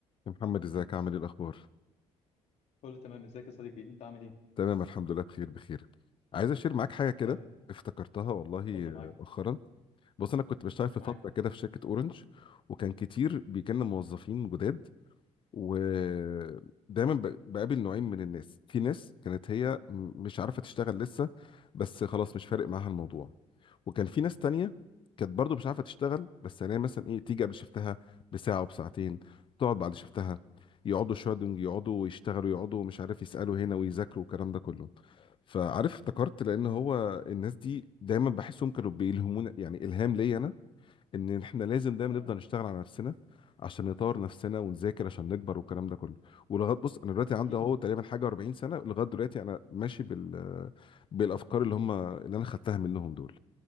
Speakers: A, on the left (about 45°); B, on the left (about 65°).
A: يا محمد ازيك عامل ايه الاخبار
B: كله تمام ازيك يا صديقي انت عامل ايه
A: تمام الحمد لله بخير بخير عايز اشير معاك حاجه كده
B: دايما يا رب.
A: افتكرتها والله
B: اتفضل
A: آه،
B: معاك
A: مؤخرا بص انا كنت بشتغل في
B: معاك
A: فتره كده في شركه اورنج وكان كتير بيجيلنا موظفين جداد ودايما ب- بقابل نوعين من الناس في ناس كانت هي م- مش عارفه تشتغل لسه بس خلاص مش فارق معاها الموضوع وكان في ناس تانية كانت برضو مش عارفة تشتغل بس يعني مثلا ايه تيجي قبل شفتها بساعة وبساعتين تقعد بعد شفتها يقعدوا شوية دول يقعدوا ويشتغلوا يقعدوا مش عارف يسألوا هنا ويذاكروا والكلام ده كله فعارف افتكرت لان هو الناس دي دايما بحسهم كانوا بيلهمونا يعني الهام ليا انا ان احنا لازم دايما
B: تمام
A: نفضل نشتغل على نفسنا عشان نطور نفسنا ونذاكر عشان نكبر والكلام ده كله ولغايه بص انا دلوقتي عندي
B: اكيد
A: اهو
B: طبعا
A: تقريبا حاجه 40 سنه لغايه دلوقتي انا ماشي بال بالافكار اللي هم اللي انا خدتها منهم دول